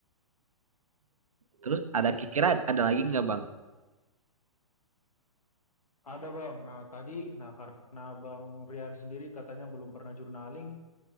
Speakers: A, on the right (about 70°); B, on the left (about 80°).
A: terus ada kira-kira ada lagi nggak bang
B: Ada Bang. Nah tadi, nah karena Bang Rian sendiri katanya belum pernah journaling,